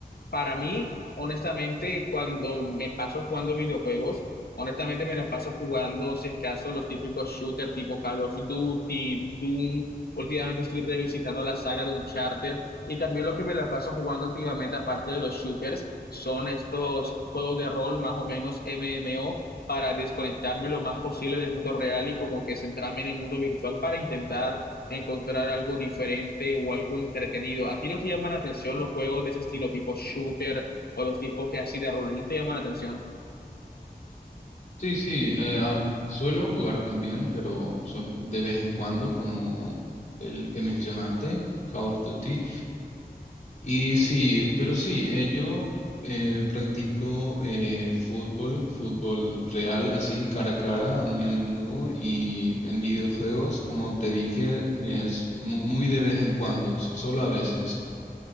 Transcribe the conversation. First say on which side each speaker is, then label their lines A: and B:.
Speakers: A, on the left (about 70°); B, on the left (about 45°).
A: para mí, honestamente, cuando me paso jugando videojuegos, honestamente me las paso jugando, si es caso, los típicos shooters tipo Call of Duty, Doom. Últimamente estoy revisitando la saga de Uncharted y también lo que me la paso jugando últimamente, aparte de los shooters, son estos juegos de rol más o menos MMO para desconectarme lo más posible del mundo real y como que centrarme en el mundo virtual para intentar encontrar algo diferente o algo entretenido. ¿A ti no te llaman la atención los juegos de ese estilo tipo shooter o los tipos que así de rol? ¿No te llaman la atención?
B: Sí, sí, eh, a- suelo jugar también, pero sol- de vez en cuando, como el que mencionaste, Call of Duty. Y sí, pero sí, eh, yo eh, practico eh, fútbol, fútbol real, así, cara a cara, muy a menudo, y en videojuegos, como te dije, es mu- muy de vez en cuando, s- solo a veces.